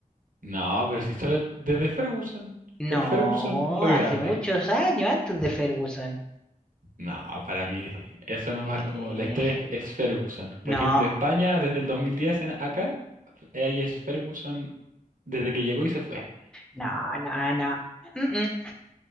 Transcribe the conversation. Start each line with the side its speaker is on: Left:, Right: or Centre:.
Right: No, pero si solo desde Ferguson,
Centre: No,
Right: por Ferguson fue
Centre: hace
Right: grande.
Centre: muchos años, antes de Ferguson.
Right: No, para mí eso nomás
Centre: Eh,
Right: como la historia es, es Ferguson. Por
Centre: no,
Right: ejemplo, España desde el 2010 en acá, eh, ahí es Ferguson desde que llegó y se fue.
Centre: no, no, no. Mm, mm.